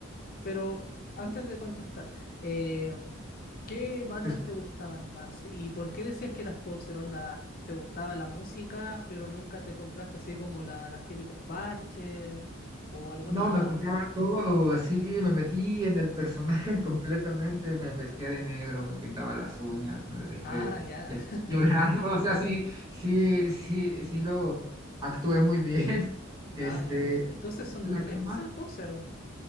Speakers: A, on the left (about 45°); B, on the right (about 20°).
A: Pero antes de contestar, eh, ¿qué bandas
B: Te escu-
A: te gustaban más y por qué decías que eras poser? Onda, ¿te gustaba la música, pero nunca te compraste así como la, las típicos parches o alguna...
B: No, me compraba todo, así me metí en el personaje <laughs> completamente, me vestía de negro, me pintaba las uñas, me dejé
A: Ah, ya.
B: eh,
A: <laughs>
B: <laughs> llorar, o sea, sí, sí, sí, sí lo actué muy bien. <laughs> Este,
A: Ah, ya. Entonces eso no
B: la
A: creo
B: que más
A: que sea poser.